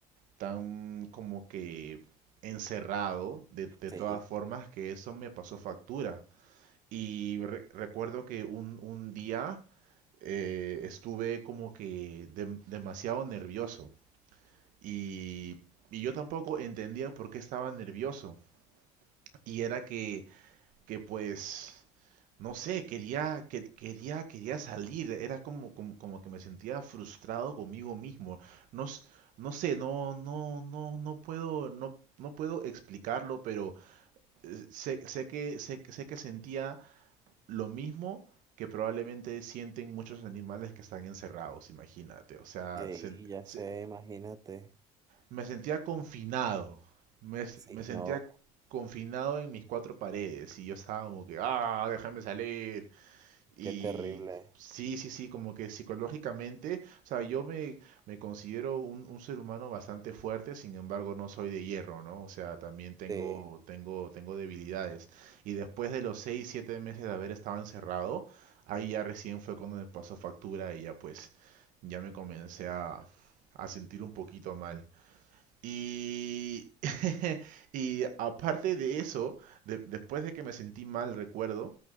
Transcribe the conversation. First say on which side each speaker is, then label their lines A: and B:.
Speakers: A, on the right; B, on the right.
A: tan como que encerrado de, de
B: sí,
A: todas formas que eso me pasó factura. Y re- recuerdo que un, un día eh, estuve como que dem- demasiado nervioso y, y yo tampoco entendía por qué estaba nervioso. Y era que que pues, no sé, quería, que- quería, quería salir, era como, como, como que me sentía frustrado conmigo mismo. No, s- no sé, no, no, no, no puedo, no, no puedo explicarlo, pero eh, sé, sé que, sé, que- sé que sentía lo mismo que probablemente sienten muchos animales que están encerrados, imagínate. O sea,
B: y
A: se-
B: ya
A: se-
B: sé, imagínate.
A: me sentía confinado. Me, s-
B: Sí,
A: me sentía
B: no,
A: confinado en mis cuatro paredes y yo estaba como que, ah, déjame salir, y
B: qué terrible.
A: sí, sí, sí, como que psicológicamente, o sea, yo me, me considero un, un ser humano bastante fuerte, sin embargo no soy de hierro, ¿no? O sea, también tengo,
B: Sí,
A: tengo, tengo debilidades. Y después de los 6 7 meses de haber estado encerrado, ahí ya recién fue cuando me pasó factura y ya pues, ya me comencé a, a sentir un poquito mal. Y, <laughs> y aparte de eso, de- después de que me sentí mal, recuerdo,